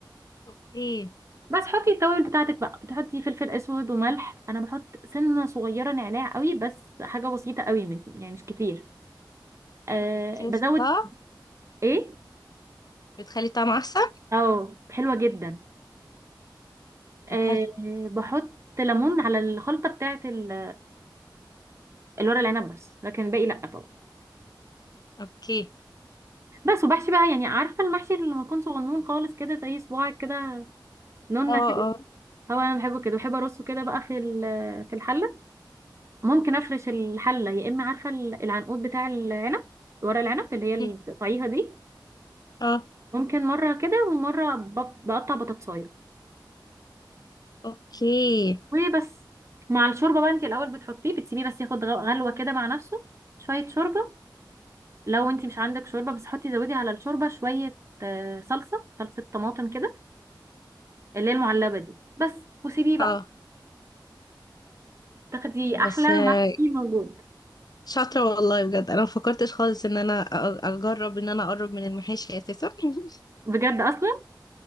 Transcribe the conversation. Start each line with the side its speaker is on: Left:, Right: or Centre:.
Left: اوكي
Right: بس حطي التوابل بتاعتك بقى بتحطي فلفل اسود وملح انا بحط سنة صغيرة نعناع قوي بس حاجة بسيطة قوي م- يعني مش كتير أه
Left: بتفضى
Right: بزود ايه
Left: بتخلي الطعم احسن
Right: اه حلوة جدا أه
Left: طب حلو
Right: بحط ليمون على الخلطة بتاعت ال الورق العنب بس لكن الباقي لا طبعا
Left: اوكي
Right: بس وبحشي بقى يعني عارفه المحشي اللي لما يكون صغنون خالص كده زي صباعك كده نونه
Left: اه
Right: كده
Left: اه
Right: هو انا بحبه كده بحب ارصه كده بقى في ال- في الحله ممكن افرش الحله يا اما عارفه ال- العنقود بتاع العنب ورق العنب اللي هي
Left: مم.
Right: اللي بتقطعيها دي
Left: اه
Right: ممكن مره كده ومره ب- بقطع بطاطسايه
Left: اوكي
Right: وبس مع الشوربه بقى انت الاول بتحطيه بتسيبيه بس ياخد غ- غلوه كده مع نفسه شويه شوربه لو انت مش عندك شوربه بس حطي زودي على الشوربه شويه آه، صلصه صلصه طماطم كده اللي هي المعلبه دي بس وسيبيه بقى
Left: اه
Right: تاخدي احلى
Left: بس آه،
Right: محشي موجود
Left: شاطره والله بجد انا ما فكرتش خالص ان انا أ- اجرب ان انا اقرب من المحاشي اساسا <laughs>
Right: بجد اصلا